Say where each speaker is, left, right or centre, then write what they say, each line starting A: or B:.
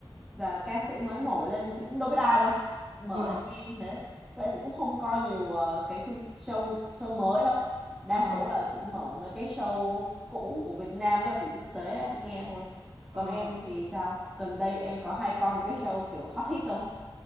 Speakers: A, in the centre; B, on the right.
A: và ca sĩ mới nổi lên chị cũng đâu biết ai đâu mở
B: Ờ
A: lên nghe như thế vậy chị cũng không coi nhiều ờ, cái chương- show show mới đâu đa
B: ờ
A: số là chị mở mấy cái show cũ của Việt Nam với lại của quốc tế ra chị nghe thôi còn
B: ờ
A: em thì sao gần đây em có hay coi mấy cái show kiểu hot hit không